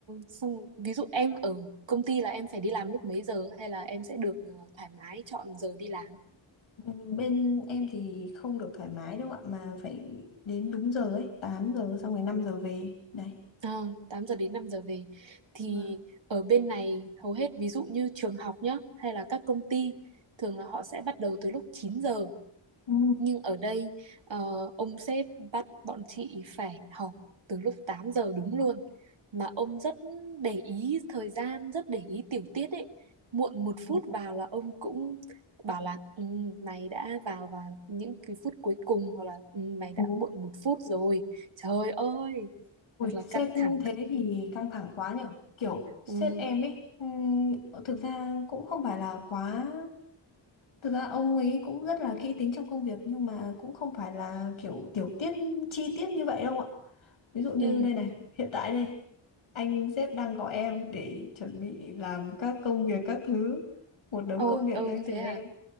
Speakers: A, on the right; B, on the left.
A: xong rồi, ví dụ em ở công ty là em phải đi làm lúc mấy giờ hay là em sẽ được ờ, thoải mái chọn giờ đi làm
B: Ừm, Bên em thì không được thoải mái đâu ạ mà phải đến đúng giờ ấy, 8 giờ xong rồi 5 giờ về. Đấy.
A: Ờ, 8 giờ đến 5 giờ về thì
B: Vâng.
A: ở bên này hầu hết ví dụ như trường học nhá hay là các công ty thường là họ sẽ bắt đầu từ lúc chín giờ
B: Ừ.
A: nhưng ở đây ờ, ông sếp bắt bọn chị phải họp từ lúc 8 giờ đúng luôn mà ông rất để ý thời gian rất để ý tiểu tiết ấy muộn một phút
B: Ừ.
A: vào là ông cũng bảo là ừ, mày đã vào vào những cái phút cuối cùng hoặc là ừ, mày đã
B: Ừ.
A: muộn một phút rồi trời ơi
B: Ui,
A: thật là
B: sếp
A: căng thẳng
B: thế thì căng thẳng quá nhở Kiểu sếp
A: ừ
B: em ấy, ừm, thực ra cũng không phải là quá... Thực ra ông ấy cũng rất là kỹ tính trong công việc nhưng mà cũng không phải là kiểu tiểu tiết chi tiết như vậy đâu ạ. Ví dụ như
A: ừ
B: đây này, hiện tại đây, anh sếp đang gọi em để chuẩn bị làm các công việc các thứ. Một đống
A: ồ
B: công việc
A: ừ
B: đang chờ
A: thế
B: em.
A: à